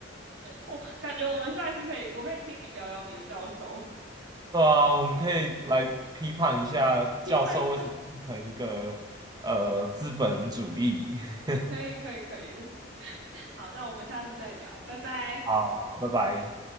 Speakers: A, on the right; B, on the right.
A: 我感觉我们下一次可以，我可以听你聊聊你的教授，<laughs>
B: 对啊，我们可以来批判一下教授为什么变成一个呃资本主义。
A: 批判一下，
B: <laughs>
A: 可以，可以，可以。<laughs> 好，那我们下次再聊，拜拜。
B: 好好，拜拜。